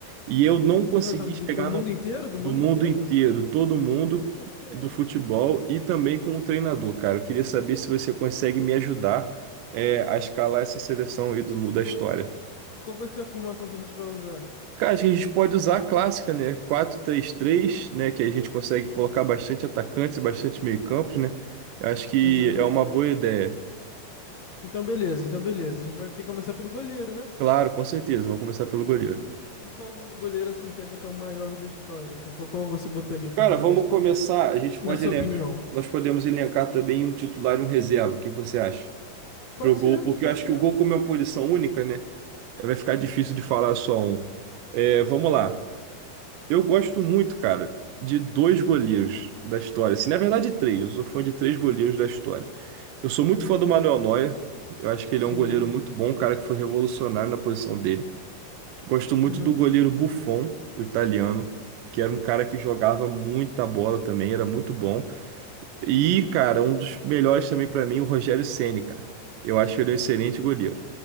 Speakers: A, on the right; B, on the left.
A: E eu não consegui
B: Não, calma,
A: chegar
B: de- do mundo
A: no
B: inteiro? Do
A: do
B: mundo
A: mundo
B: inteiro?
A: inteiro, todo mundo
B: Eita ferro.
A: do futebol e também com o treinador, cara. Eu queria saber se você consegue me ajudar é, a escalar essa seleção aí do, da
B: Qual,
A: história.
B: qual vai ser a formação que a gente vai usar?
A: Cara, acho que a gente pode usar a clássica, né? Quatro três três, né? Que a gente consegue colocar bastante atacantes e bastante meio-campos, né? Eu Acho que
B: Uhum.
A: é uma boa ideia.
B: Então, beleza, então, beleza. A gente vai ter que começar pelo goleiro, né?
A: Claro, com certeza. Vamos começar pelo goleiro.
B: E qual o goleiro, assim, você acha que é o maior da história, assim? Qual, qual você botaria como
A: Cara,
B: maior
A: vamos
B: da história?
A: começar. A gente
B: Na
A: pode
B: sua
A: elencar.
B: opinião?
A: Nós podemos elencar também um titular e um reserva. O que que você acha?
B: Pode
A: Pro
B: ser,
A: gol, porque
B: pode
A: eu acho
B: ser.
A: que o gol, como é uma posição única, né? É, Vai ficar difícil de falar só um. É, vamos lá. Eu gosto muito, cara, de dois goleiros da história. Assim, na verdade, três. Eu sou fã de três goleiros da história. Eu sou muito
B: Uhum.
A: fã do Manuel Neuer. Eu acho que ele
B: Sim.
A: é um goleiro muito bom, um cara que foi revolucionário na posição dele. Gosto muito
B: Uhum.
A: do goleiro Buffon, o italiano, que era um cara que jogava muita bola também, era muito bom. E, cara, um dos melhores também pra mim, o Rogério Ceni, cara. Eu acho ele um excelente goleiro.